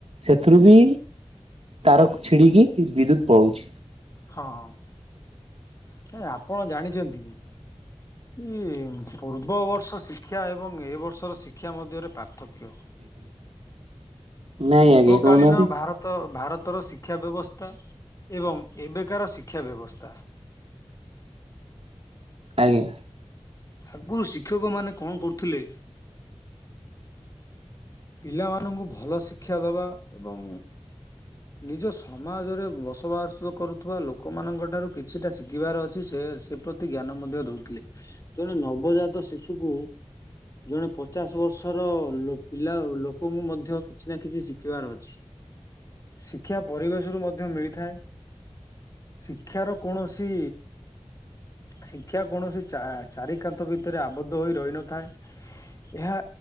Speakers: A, on the right; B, on the left.
A: ସେଥିରୁ ବି ତାର ଛିଡିକି ବିଦ୍ୟୁତ ପଳାଉଛି।
B: ହଁ ଆପଣ ଜାଣିଛନ୍ତି କି। ଇଏ ପୂର୍ବ ବର୍ଷ ଶିକ୍ଷା ଏବଂ ଏ ବର୍ଷର ଶିକ୍ଷା ମଧ୍ୟରେ ପାର୍ଥକ୍ୟ।
A: <inaudible> ନାଇଁ
B: ପୂର୍ବକାଳୀନ
A: ଆଜ୍ଞା କହୁନାହାନ୍ତି
B: ଭାରତ ଭାର ତର ଶିକ୍ଷା ବ୍ୟବସ୍ଥା ଏବଂ ଏବେକାର ଶିକ୍ଷା ବ୍ୟବସ୍ଥା।
A: ଆଜ୍ଞା।
B: ଆଗରୁ ଶିକ୍ଷକ ମାନେ କଣ କରୁଥିଲେ। ପିଲାମାନଙ୍କୁ ଭଲ ଶିକ୍ଷା ଦେବା! ଏବଂ ନିଜ ସମାଜରେ ବସବାସ କରୁଥିବା ଲୋକମାନଙ୍କ ଠାରୁ କିଛିଟା ଶିଖିବାର ଅଛି, ସେ ସେ ପ୍ରତି ଜ୍ଞାନ ମଧ୍ୟ ଦଉଥିଲେ! ଜଣେ ନବଜାତ ଶିଶୁକୁ ଜଣେ ପଚାଶ ବର୍ଷର, ଲୋ ପିଲା ଲୋକଙ୍କୁ ମଧ୍ୟ କିଛି ନା କିଛି ଶିଖିବାର ଅଛି। ଶିକ୍ଷା ପରିବେଶରୁ ମଧ୍ୟ ମିଳିଥାଏ। ଶିକ୍ଷାର କୌଣସି ଶିକ୍ଷା କୌଣସି ଚା ଚାରି କାନ୍ଥ ଭିତରେ ଆବଦ୍ଧ ହୋଇ ରହିନଥାଏ! ଏହା